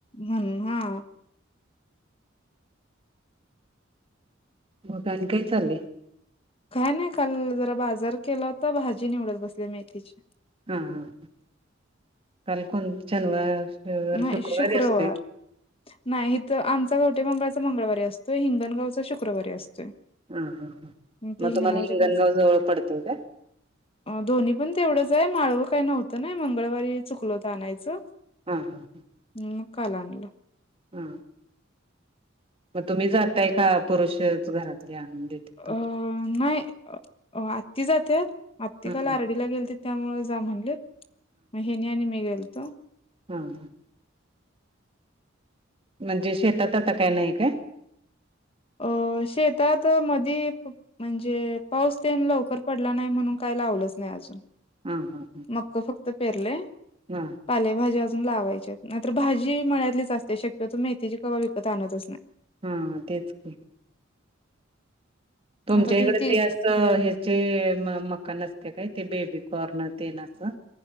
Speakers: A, on the left (about 30°); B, on the right (about 30°).
A: म्हणून, हा.
B: मग आणि काय चाललय?
A: काय नाही. काल जरा बाजार केला, तर भाजी निवडत बसल्या, मेथीची
B: हा. हा. काल कोण शनिवार
A: नाही
B: शुक्रवारी
A: शुक्रवार
B: असते
A: नाही. हिथं आमचा कवटे मंकाळचा मंगळवारी असतोय. हिंगणगावचा शुक्रवारी असतोय.
B: हम्म. हम्.
A: ते
B: मग
A: हिंगणगावच्या
B: तुमाला हिंगण
A: पास
B: गाव जवळ पडतय काय?
A: दोन्ही पण तेवढंच आहे. माळवं काय नव्हतं नाही. मंगळवारी चुकलोत आणायचं.
B: हां.
A: मग काल आणल.
B: हा मग तुम्ही जातय का? पुरुषच घरातली आणून देतात
A: अ,
B: तुमच्या?
A: नाही. आत्ती जात्यात. आत्ती
B: हा
A: काल
B: हा
A: आरडीला गेलतीत त्यामुळे जा म्हणलेत. म हेनी आणि मी गेलतो.
B: हां. म्हणजे शेतात आता काय नाही काय?
A: अ शेतात मध म्हणजे पाऊस ते लवकर पडला नाही म्हणून काय लावलंच नाही अजून
B: हां हां हां
A: मक्क फक्त पेरले
B: हां
A: पालेभाजी अजून लावायच्या न तरर भाजी मळतलीच असते शक्यतो मेथीची क्हा विकत आणतच नाही
B: हां तेच क तुमच्या
A: आता किती
B: इकडे
A: तीस
B: ते अस ह्याचे मकान असते काय ते बेबी कॉर्नर ते ना असं